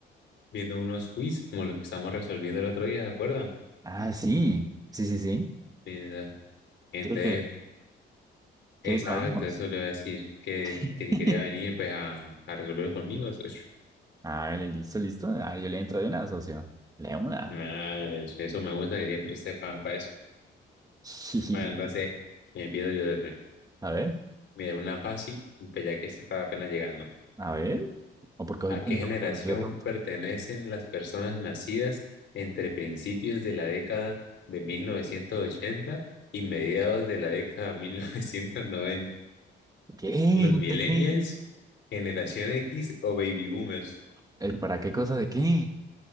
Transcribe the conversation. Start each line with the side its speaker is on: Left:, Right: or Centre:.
Left: viendo unos quiz como los que estamos resolviendo el otro día, ¿de acuerdo?
Right: Ah, sí, sí, sí, sí.
Left: Esa- Entonces,
Right: Quiero que, quiero
Left: exacto,
Right: que hablemos.
Left: eso le iba a decir, que,
Right: <laughs>
Left: que si quería venir, pues a, a resolverlo conmigo, socio.
Right: Ah, listo, listo. Ah, yo le entro de una, socio. Le una.
Left: Vale, socio, eso me gusta que siempre esté para eso.
Right: <laughs>
Left: Bueno, entonces, empiezo yo, socio.
Right: A ver,
Left: Mira, una fácil, pues ya que esta está apenas llegando.
Right: a ver. ¿O porque soy
Left: ¿A qué
Right: tonto?
Left: generación
Right: Porque me cree tonto.
Left: pertenecen las personas nacidas entre principios de la década de 1980 y mediados de la década de 1990?
Right: ¿Qué?
Left: ¿Los
Right: ¿Usted
Left: millennials,
Right: qué?
Left: generación X o baby boomers?
Right: ¿El para qué cosa de qué?